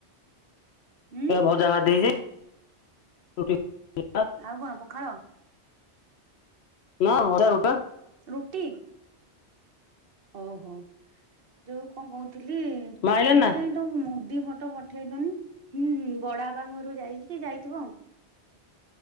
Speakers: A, on the right; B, on the left.
A: ଉଁ
B: ଏ ଭଜା ଭାଜି ଦେଇଛି <unintelligible>
A: ଆଉ କଣ ପଖାଳ?
B: ନା ଭଜା ରୁଟା।
A: ରୁଟି? ହୋଉ ହୋଉ ଯୋଉ କଣ କହୁଥିଲି
B: ମା ଆଇଲାଣି
A: ତୁ
B: ନା
A: ତ କାହିଁ ଯୋଉ ମୁଦି ଫଟୋ ପଠେଇଲୁନି ହୁଁ ହୁଁ ବଡ ବାପାଙ୍କ ଘରକୁ ଯାଇକି ଯାଇଥିବ।